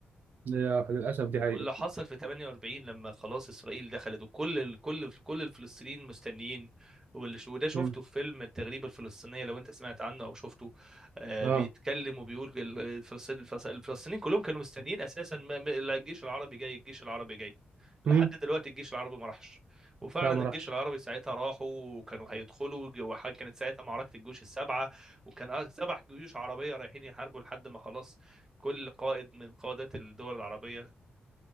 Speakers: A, on the right; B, on the right.
A: لا، للأسف دي حقيقة
B: واللي حصل في 48 لما خلاص اسرائيل دخلت وكل ال- كل كل الفلسطينيين مستنيين واللي ش- وده شفته
A: مم.
B: في فيلم التغريبه الفلسطينيه لو انت سمعت عنه او شفته آه
A: آه
B: بيتكلم وبيقول ال- الفلسطين الفلس- الفلسطينيين كلهم كانوا مستنيين اساسا ما ما- لا الجيش العربي جاي الجيش العربي جاي لحد
A: مم.
B: دلوقتي الجيش العربي ما راحش وفعلا
A: لا ما
B: الجيش
A: راحش
B: العربي ساعتها راحوا وكانوا هيدخلوا ج- وح- كانت ساعتها معركه الجيوش السبعه وكان أ- سبع جيوش عربيه رايحين يحاربوا لحد ما خلاص كل قائد من قادات الدول العربية